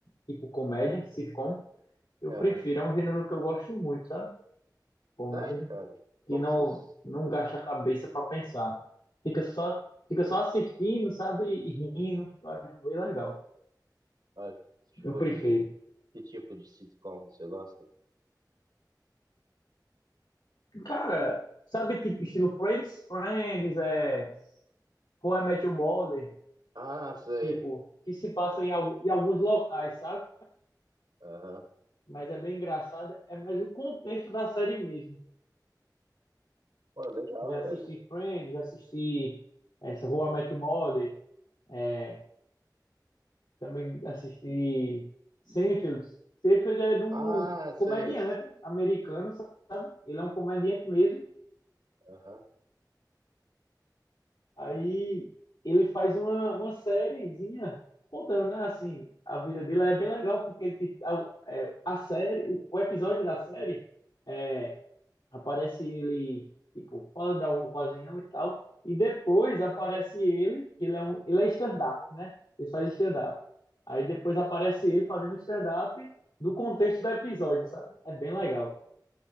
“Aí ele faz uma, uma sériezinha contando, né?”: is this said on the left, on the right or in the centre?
Left